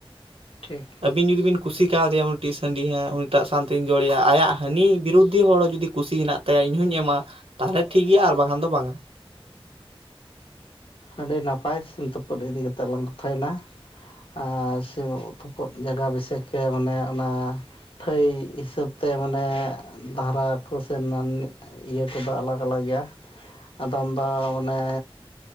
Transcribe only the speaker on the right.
ᱟᱹᱵᱤᱱ ᱡᱩᱫᱤ ᱵᱤᱱ ᱠᱩᱥᱤ ᱠᱟᱣᱫᱮᱭᱟ ᱩᱱᱤ ᱴᱤᱡ ᱥᱟᱺᱰᱤ, ᱦᱮ ᱩᱱᱤᱴᱟᱜ ᱥᱟᱱᱛᱮᱧ ᱡᱚᱲᱮᱭᱟ ᱟᱭᱟᱜ ᱦᱟᱹᱱᱤ ᱵᱤᱨᱩᱫᱷᱤ ᱦᱚᱲ ᱦᱚᱸ ᱡᱩᱫᱤ ᱠᱩᱥᱤ ᱦᱮᱱᱟᱜ ᱛᱟᱭᱟ ᱤᱧᱦᱩᱧ ᱮᱢᱟ, ᱛᱟᱦᱞᱮ ᱴᱷᱤᱠ ᱜᱮᱭᱟ ᱟᱨ ᱵᱟᱝᱠᱷᱟᱱ ᱫᱚ ᱵᱟᱝᱟ᱾